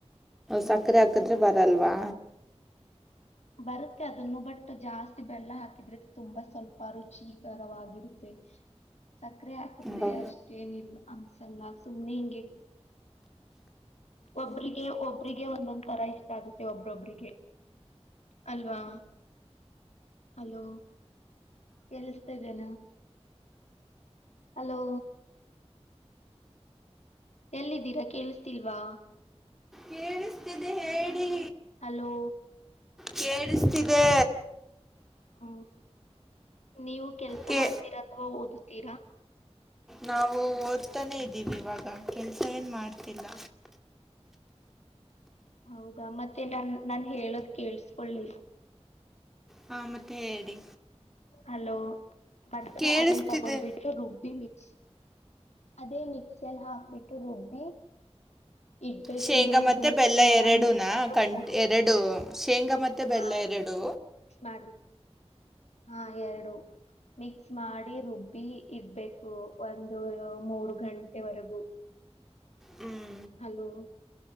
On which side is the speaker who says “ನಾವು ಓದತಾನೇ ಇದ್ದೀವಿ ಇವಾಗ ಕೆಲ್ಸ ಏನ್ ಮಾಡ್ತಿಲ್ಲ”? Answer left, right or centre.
Centre